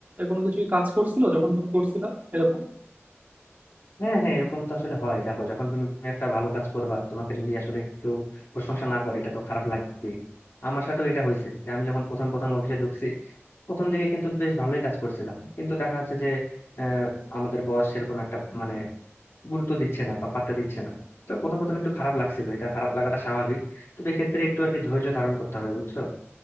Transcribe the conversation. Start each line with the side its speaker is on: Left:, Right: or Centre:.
Right: কোনো কিছু কাজ করছিল যখন তুমি করছিলা এরকম
Left: হ্যাঁ হ্যাঁ এরকম তো আসলে হয় দেখো যখন তুমি একটা ভালো কাজ করবা তোমাকে যদি আসলে কেউ প্রশংসা না করে এটা তো খারাপ লাগবে আমার সাথেও এটা হয়েছে যে আমি যখন প্রথম প্রথম অফিসে ঢুকছি প্রথম দিকে কিন্তু বেশ ভালোই কাজ করছিলাম কিন্তু দেখা যাচ্ছে যে আহ, আমাদের বস সেরকম একটা মানে গুরুত্ব দিচ্ছে না বা পাত্তা দিচ্ছে না তো প্রথম প্রথম একটু খারাপ লাগছিল এটা খারাপ লাগাটা স্বাভাবিক তবে এক্ষেত্রে একটু আর কি ধৈর্য ধারণ করতে হবে বুঝছো